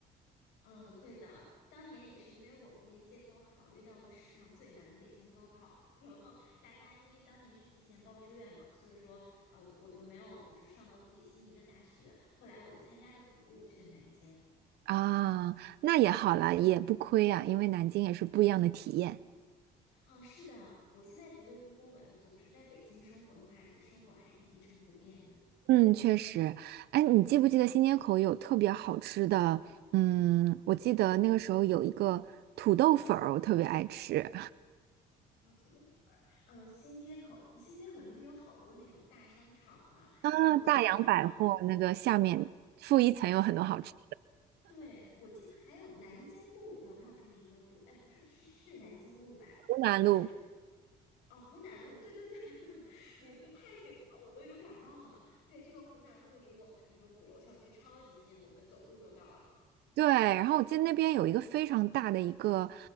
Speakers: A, on the left (about 85°); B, on the right (about 75°).
A: 嗯，对的，当年也是因为我们那一届高考遇到了史上最难北京高考，<laughs> 然后大家因为当年是提前报志愿嘛，所以说呃我就没有就是上到自己心仪的大学，后来我就参加的补录去了南京。
B: 啊，那也好啦，也不亏啊，因为南京也是不一样的体验。
A: 嗯，是的，我现在觉得如果我要总是在北京生活的话，就生活还挺一成不变的。
B: 嗯，确实，哎，你记不记得新街口有特别好吃的？嗯，我记得那个时候有一个土豆粉儿，我特别爱吃
A: 啊，土豆粉儿，嗯，新街口，新街口因为有好多那种大商场嘛，
B: 啊，
A: 然后具体的，
B: 大洋百货那个下面负一层有很多好吃。
A: 对，我记得还有南京路，有没有这么一个路？哎，不是，是是南京路吧？
B: 湖南路，
A: 就是哦，湖南路，对对对，<laughs> 你这太久了，我都有点儿忘了。对，这个湖南路离我们那个鼓楼校区超级近，我们走路就到了。
B: 对，然后我记得那边有一个非常大的一个